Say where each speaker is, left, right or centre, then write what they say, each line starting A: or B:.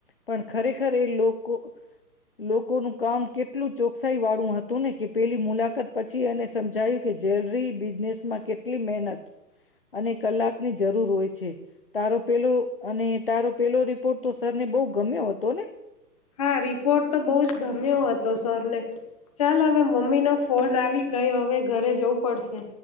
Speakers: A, on the left; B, on the left.
A: પણ ખરેખર એ લોકો લોકોનું કામ કે એટલું ચોકસાઈ વાળું હતું ને કે પેલી મુલાકાત પછી એને સમજાયું કે જ્વેલરી બિઝનેસમાં કેટલી મહેનત અને કલાકની જરૂર હોય છે. તારો પેલું અને તારો પેલો રિપોર્ટ તો સર તને બો ગમ્યો હતો ને.
B: હા રિપોર્ટ તો બોજ ગમ્યો હતો સરને ચાલ હવે મમ્મી નો ફોન આવી ગયો હવે ઘરે જવું પડશે.